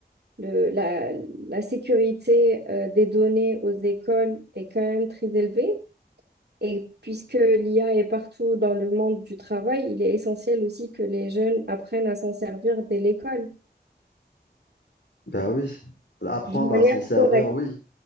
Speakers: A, on the right (about 65°); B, on the left (about 80°).
A: le- la, la sécurité euh, des données aux écoles est quand même très élevée. Et puisque l'IA est partout dans le monde du travail, il est essentiel aussi que les jeunes apprennent à s'en servir dès l'école,
B: Ben oui, apprendre
A: d'une manière
B: à s'en servir,
A: correcte.
B: oui.